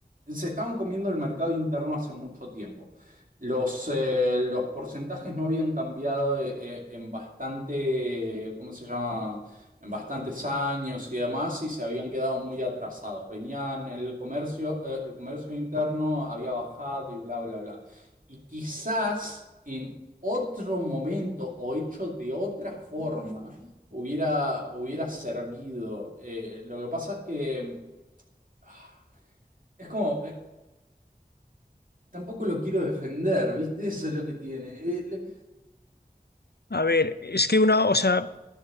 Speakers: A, on the right; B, on the left.
A: se estaban comiendo el mercado interno hace mucho tiempo. Los, eh, los porcentajes no habían cambiado eh, eh, en bastante, ¿cómo se llama? En bastantes años y demás, y se habían quedado muy atrasados. Venían el comercio, eh, el comercio interno había bajado y bla, bla, bla. Y quizás otro momento o hecho de otra forma hubiera, hubiera servido. Eh, lo que pasa es que ah, es como, eh, tampoco lo quiero defender, ¿viste? <laughs> Eso es lo que tiene. Eh, le-
B: A ver, es que una, o sea,